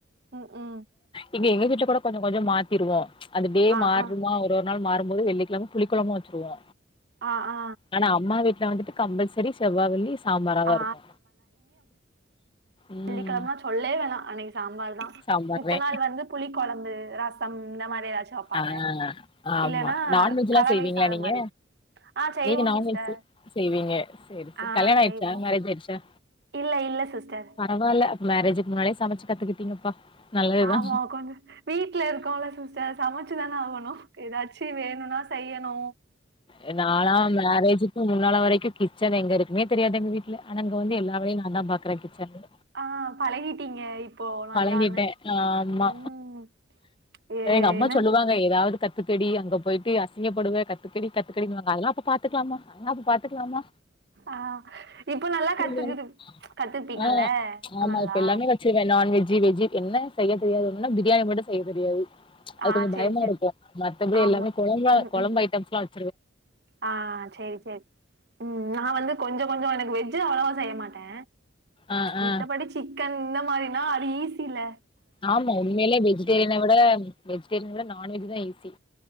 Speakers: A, on the right; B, on the left.
A: ம்ஹு.
B: இப்ப எங்க வீட்ல கூட கொஞ்சோ கொஞ்சோ மாத்திருவோ அந்த டே
A: ஆ
B: மார்றுமா
A: ஆ
B: ஒ ரு நாள் மாறும் போது வெள்ளிக்கெழம புளி கொழம்பு வெச்சுருவோ.
A: ஆ ஆ.
B: ஆனா அம்மா வீட்ல வந்துட்டு கம்பல்செரி செவ்வா வெள்ளி சாம்பாராதா
A: ஆ
B: இருக்கு. ம்
A: வெள்ளிக்கெழமனா சொல்லே வேணா அன்னிக்கு சாம்பார்தா
B: சாம்பார்தே
A: மித்த நாள் வந்து புளி கொழம்பு, ரசம் இந்த மாரி எதாச்சு வெப்பாங்க
B: ஆ ஆமா
A: இல்லனா
B: நான்வெஜ்லா
A: கலவை
B: செய்வீங்களா
A: சாதம்
B: நீங்க?
A: மாரி. ஆ செய்வோம்
B: நீங்க நான்வெஜ்ஜு
A: சிஸ்டர்
B: செய்வீங்க சேரி சேர்
A: ஆ
B: கல்யாணோ ஆய்ர்ச்சா
A: செய்வோம்
B: மேரேஜ் ஆய்ர்ச்சா?
A: இல்ல இல்ல சிஸ்டர்.
B: பரவால்ல அப்ப மேரேஜுக் முன்னாலயே சமைச்சு கத்துக்கிட் நல்லதுதா.
A: ஆமா கொஞ்சம் வீட்ல இருக்கோ இல்ல சிஸ்டர் சமைச்சுதான ஆகோணு க எதாச்சி வேணுனா செய்ய நோ
B: அ நாலா மேரேஜுக்கு முன்னால வரைக்கு கிச்சன் எங்க இருக்குனே தெரியாது எங்க வீட்ல ஆனா இங்க வந்து எல்லா வேலையு நா ந்தா பாக்குறே கிச்சன்ல.
A: ஆ பழகிட்டீங்க இப்போ நல்லான்னு.
B: பழகிட்டே ஆம்மா.
A: ம். ஏ
B: எங்க அம்மா
A: என்ன
B: சொல்லுவா ங்க எதாவது கத்துக்கடி அங்க போயிட்டு அசிங்கப்படுவ கத்துக்கடி கத்துக்கடினுவாங்க அதல்லா அப்ப பாத்துக்கலாம்மா ஆ அப்ப பாத்துக்கலாம்மா
A: ஆ. இப்போ நல்லா கத்துக்குது
B: ம்.
A: கத்துப்பீங்கல்ல?
B: ஆ ஆமா
A: நல்லா?
B: இப்ப எல்லாமே வ செய்வே நான்வெஜ்ஜி வெஜ்ஜி என்ன செய்ய தெரியாது ஒன்னுனா பிரியாணி மட்டு செய்ய தெரியாது. அது
A: ஆ
B: கொஞ்சோ
A: சரி,
B: பயமா
A: சரி.
B: இருக்கு மத்தபடி
A: ஆமா.
B: எல்லாமே கொழம்பா
A: ம்,
B: கொழம்பு
A: ம்.
B: ஐட்டம்ஸ்லா வெ
A: ஆ சேரி சேரி. ம் நா வந்து கொஞ்சோ கொஞ்சோ எனக்கு வெஜ்ஜு அவளவா செய்ய மாட்டே
B: ஆ ஆ
A: மித்தபடிச் சிக்கன் இந்த மாரினா அது ஈசி இல்ல.
B: ஆமா உண்மைலியே வெஜிடேரியன விட வெஜிடேரியன விட நான்வெஜ் தா ஈசி.